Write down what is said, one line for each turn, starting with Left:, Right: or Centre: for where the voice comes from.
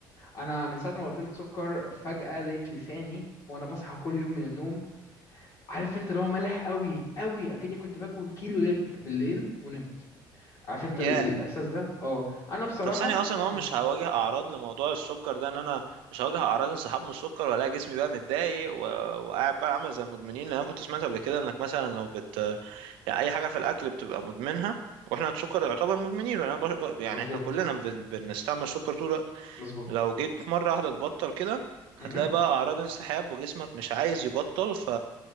Left: انا من ساعة ما بطلت سكر فجأة لقيت لساني وانا بصحى كل يوم من النوم عارف انت اللي هو مالح قوي قوي اكني كنت باكل كيلو لب بالليل ونمت عارف انت
Right: ياه
Left: ال- الاحساس ده اه انا بصراحة
Right: طب ثانية أصلا هو
Left: امم
Right: مش هواجه أعراض لموضوع السكر ده إن أنا مش هواجه أعراض انسحاب من السكر ولا جسمي بقى متضايق و... وقاعد بقى عامل زي المدمنين لأن أنا كنت سمعت قبل كده إنك مثلا لو بت يعني أي حاجة في الأكل بتبقى مدمنها وإحنا السكر يعتبر مدمنين وأنا بش... ب-
Left: مظبوط
Right: يعني إحنا كلنا بن... بنستعمل السكر طول الوقت
Left: مظبوط
Right: لو جيت مرة واحدة تبطل كده
Left: امم
Right: هتلاقي بقى أعراض انسحاب وجسمك مش عايز يبطل ف